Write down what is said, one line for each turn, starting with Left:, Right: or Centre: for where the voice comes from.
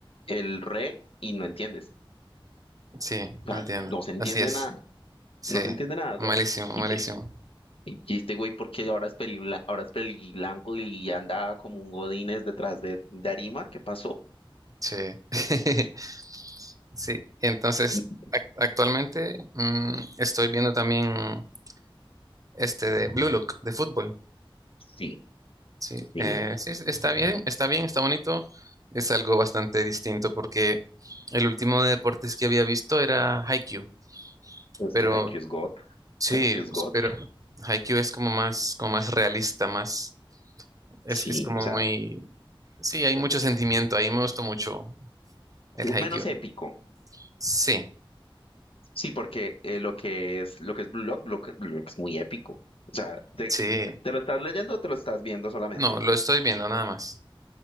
Left: el re y no entiendes.
Right: sí,
Left: O
Right: entiendo.
Left: sea, no se entiende
Right: Así es.
Left: nada,
Right: Sí,
Left: no se entiende nada. O
Right: malísimo,
Left: sea, y,
Right: malísimo.
Left: y- y este güey, porque ahora es peli, ahora es peli blanco y anda como un Godínez detrás de, de Arima? ¿Qué pasó?
Right: Sí. <laughs> Sí, y entonces
Left: Mm,
Right: ac- actualmente mm, estoy viendo también este de Blue Look de fútbol.
Left: Sí,
Right: Sí,
Left: sí.
Right: eh, sí, es- está bien, está bien, está bonito. Es algo bastante distinto porque el último de deportes que había visto era Haikyuu,
Left: Es
Right: pero
Left: que Haikyuu es God,
Right: sí,
Left: Haikyuu es
Right: pues,
Left: God.
Right: pero Haikyuu es como más, como más realista, más, es,
Left: Sí,
Right: es como
Left: o sea,
Right: muy, sí, hay mucho sentimiento, ahí me gustó mucho el
Left: es
Right: Haikyuu.
Left: menos épico.
Right: Sí,
Left: Sí, porque eh, lo que es lo que es Blue Lock, Blue Lock, Blue Lock es muy épico. O sea, te,
Right: sí,
Left: te lo estás leyendo o te lo estás viendo solamente.
Right: no, lo estoy viendo nada más.